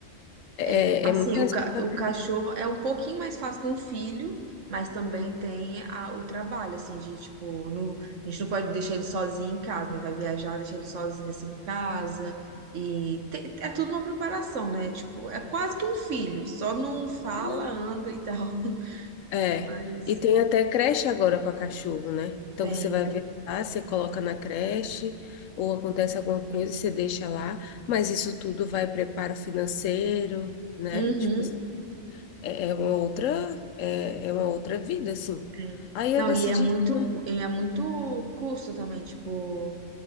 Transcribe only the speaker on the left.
É,
é é muita
responsabilidade.
É, não.
É.
E tem até creche agora para cachorro, né? Então
você vai viajar, você coloca na creche, ou acontece alguma coisa, você deixa lá, mas isso tudo vai preparo financeiro, né?
Tipo, é, é uma outra, é, é uma outra vida, assim.
Aí eu
decidi
que não.